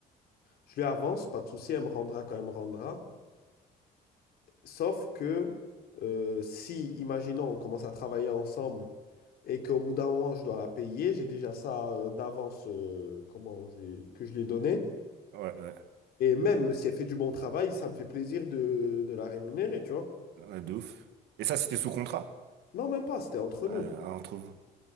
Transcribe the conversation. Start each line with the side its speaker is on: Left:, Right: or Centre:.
Left: je lui avance, pas de souci, elle me rendra quand elle me rendra. Sauf que euh, si, imaginons, on commence à travailler ensemble et qu'au bout d'un moment, je dois la payer, j'ai déjà ça euh, d'avance, euh, comment je l'ai- que je lui ai donné.
Right: Ouais, ouais.
Left: Et même si elle fait du bon travail, ça me fait plaisir de, de la rémunérer, tu vois.
Right: Ouais, de ouf. Et ça, c'était sous contrat,
Left: Non, même pas, c'était entre nous.
Right: euh, entre vous.